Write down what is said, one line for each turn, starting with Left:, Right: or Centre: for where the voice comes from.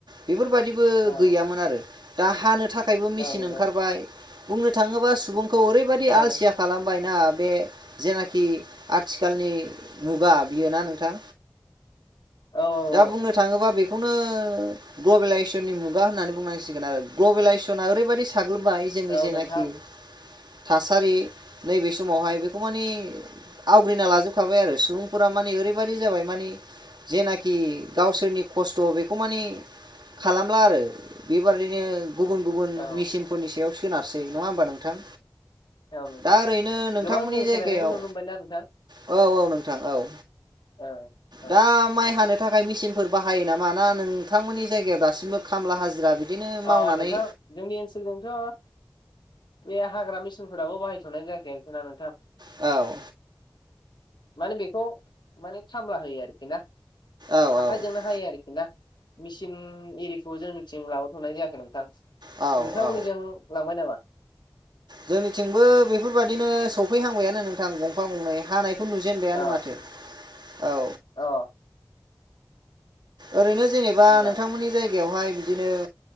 Right: बेफोरबायदि बो
Left: औ
Right: गैयामोन आरो दा हानो थाखायबो मेचिन
Left: औ नंगौ
Right: ओंखारबाय बुंनो थाङोबा सुबुं खौ ओरैबायदि
Left: औ
Right: आलसिया खालाम बायना बे जेनाखि आथिखालनि मुगा बियो ना नोंथां?
Left: औ
Right: दा
Left: औ
Right: बुंनो थाङोबा बे खौनो ग्ल'बेेलइजेसननि मुगा होन्नानै बुंनांसिगोन आरो ग्लबेलाइजेसना ओरैबायदि साग्लोबबाय जोंनि
Left: औ
Right: जेनाखि
Left: नोंथां
Right: थासारि नैबे समावहाय बेखौ माने आवग्रिना लाजोबखाबाय आरो सुबुंफोरा माने ओरैबायदि जाबाय मानि जेना खि गावसोरनि खस्थ' बेखौ मानि खालामला आरो बेबादिनो गुबुन गुबुन
Left: औ
Right: मेसिनफोरनि सायाव सोनारसै नङा होमबा नोंथां?
Left: औ नोंथां
Right: दा ओरैनो नोंथांमोननि
Left: गोबां जों
Right: जायगायाव
Left: सोलायनायखौ नुनो मोनबाय ना नोंथां?
Right: औ औ नोंथां औ।
Left: औ औ
Right: दा माइ हानो थाखाय मेचिनफोर बाहायो नामा ना नोंथांमोननि जायगायाव दासिमबो खामला हाजिरा बिदिनो मावनानै
Left: अ नोंथां जोंनि ओनसोलथिं थ बे हाग्रा मेसिनफोराबो बाहायथ'नाय जायाखै आरोखिना नोंथां।
Right: औ
Left: माने बेखौ माने खामला होयो आरोखि ना।
Right: औ औ
Left: आखाइजोंनो हायो आरोखि ना मिचिन एरिखौ जोंथिं लाबो थनाय जायाखै नोंथां
Right: औ
Left: नोंथांमोननिजों
Right: औ
Left: लांबाय नामा?
Right: जोंनिथिंबो बेफोरबायदिनो सफैहांबायानो नोंथां गंफा गंनै हानाय खौ नुजेनबायानो
Left: अ
Right: माथो औ।
Left: अ
Right: ओरैनो जेनेबा
Left: मोजां
Right: नोंथांमोननि जाय गायावहाय बिदिनो